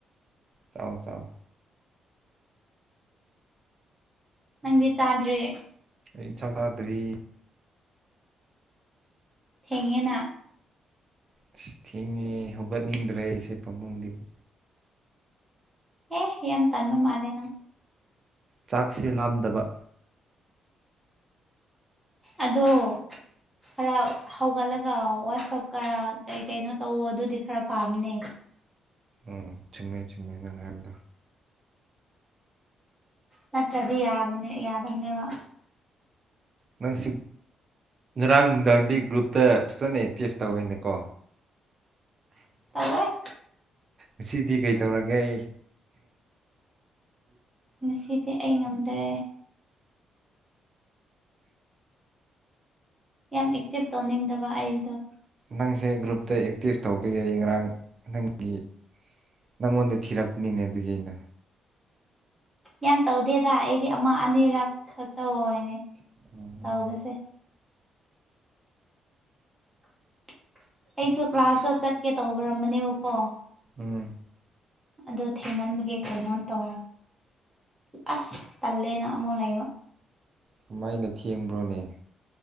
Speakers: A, on the right; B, in the centre.
A: ꯆꯥꯎꯥꯎ ꯆꯥꯎꯥꯎ
B: ꯅꯪꯗꯤ ꯆꯥꯗ꯭ꯔꯦ
A: ꯏ ꯆ ꯊꯥꯗ꯭ꯔꯤ
B: ꯊꯦꯡꯉꯦꯅ
A: ꯑꯁ ꯊꯦꯡꯉꯦ ꯍꯧꯒꯠꯅꯤꯡꯗ꯭ꯔꯦ ꯑꯩꯁꯦ ꯄꯥꯕꯨꯡꯗꯤꯗꯒꯤ
B: ꯑꯦ ꯌꯥꯝ ꯇꯟꯕ ꯃꯥꯜꯂꯦ ꯅꯪ
A: ꯆꯥꯛꯁꯦ ꯂꯥꯝꯗꯕ
B: ꯑꯗꯣ ꯈꯔ ꯍꯧꯒꯠꯂꯒ ꯋꯥꯆꯞ ꯈꯔ ꯀꯩ ꯀꯩꯅꯣ ꯇꯧꯋ ꯑꯗꯨꯗꯤ ꯈꯔ ꯄꯥꯝꯅꯦ
A: ꯎꯝ ꯆꯨꯝꯃꯦ ꯆꯨꯝꯃꯦꯅꯉꯥꯏꯗ
B: ꯅꯠꯇ꯭ꯔꯗꯤ ꯌꯥꯕ ꯌꯥꯗꯕꯅꯦꯕ
A: ꯅꯪꯁꯤ ꯉꯔꯥꯡ ꯅꯨꯡꯗꯥꯡꯗꯤ ꯒ꯭ꯔꯨꯞꯇ ꯐꯖꯅ ꯑꯦꯛꯇꯤꯞ ꯇꯧꯋꯤꯅꯦꯀꯣ
B: ꯇꯋꯏ
A: ꯑꯁꯤꯗꯤ ꯀꯩ ꯇꯧꯔꯒꯦ ꯑꯩ
B: ꯉꯁꯤꯗꯤ ꯑꯩ ꯉꯝꯗ꯭ꯔꯦ ꯌꯥꯝ ꯑꯦꯛꯇꯤꯚ ꯇꯧꯅꯤꯡꯗꯕ ꯑꯩꯁꯇꯣ
A: ꯅꯪꯁꯦ ꯒ꯭ꯔꯨꯞꯇ ꯑꯦꯛꯇꯤꯁ ꯇꯧꯕ ꯌꯥꯏ ꯉꯔꯥꯡ ꯅꯪꯒꯤ ꯅꯪꯉꯣꯟꯗ ꯊꯤꯔꯛꯄꯅꯤꯅꯦ ꯑꯗꯨꯒꯤ ꯑꯩꯅ
B: ꯌꯥꯝ ꯇꯧꯗꯦꯗ ꯑꯩꯗꯤ ꯑꯃ ꯑꯅꯤꯔꯛ ꯈꯛꯇ ꯍꯥꯏꯅꯦ
A: ꯎꯝ
B: ꯇꯥꯉꯕꯂꯁꯦ <inaudible> ꯑꯩꯁꯨ ꯀ꯭ꯂꯥꯁꯁꯨ ꯆꯠꯀꯦ ꯇꯧꯕꯤꯔꯃꯅꯦꯕꯀꯣ
A: ꯎꯝ
B: ꯑꯗꯣ ꯊꯦꯃꯟꯦ ꯀꯩꯅꯩꯅꯣ ꯇꯣ ꯑꯁ ꯇꯂꯦꯅ ꯀꯃꯣꯟ ꯂꯩꯕ
A: ꯀꯃꯥꯏꯅ ꯊꯦꯡꯕ꯭ꯔꯣꯅꯦ